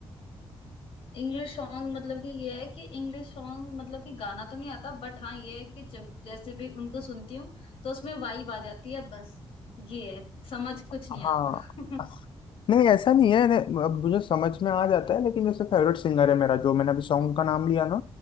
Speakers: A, on the left; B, on the left.
A: इंग्लिश सॉन्ग मतलब कि ये है कि इंग्लिश सॉन्ग मतलब कि गाना तो नहीं आता बट हाँ ये है कि जब जैसे भी उनको सुनती हूँ तो उसमें वाइब आ जाती है बस ये है समझ कुछ नहीं
B: हाँ
A: आता <laughs>
B: <laughs> नहीं ऐसा नहीं है ने- अब मुझे समझ में आ जाता है लेकिन जैसे फेवरेट सिंगर है मेरा जो मैंने अभी सॉन्ग का नाम लिया ना